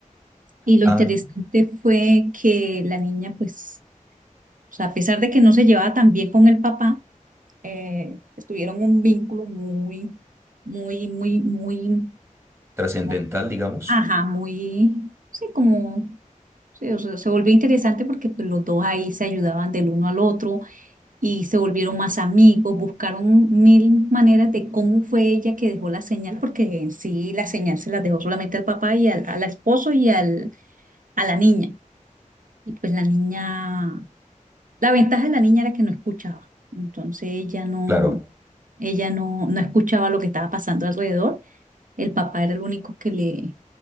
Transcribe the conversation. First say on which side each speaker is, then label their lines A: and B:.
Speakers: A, on the right (about 75°); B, on the right (about 20°).
A: Y lo
B: Ah,
A: interesante fue que la niña pues o sea, a pesar de que no se llevaba tan bien con el papá, eh, estuvieron un vínculo muy, muy, muy, muy,
B: trascendental,
A: como,
B: digamos.
A: ajá, muy, sí, como, sí, o sea, se volvió interesante porque pues, los dos ahí se ayudaban del uno al otro y se volvieron más amigos, buscaron mil maneras de cómo fue ella que dejó la señal, porque en sí la señal se la dejó solamente al papá y al, al esposo y al, a la niña. Y pues la niña La ventaja de la niña era que no escuchaba, entonces ella no,
B: Claro.
A: ella no, no escuchaba lo que estaba pasando alrededor. El papá era el único que le,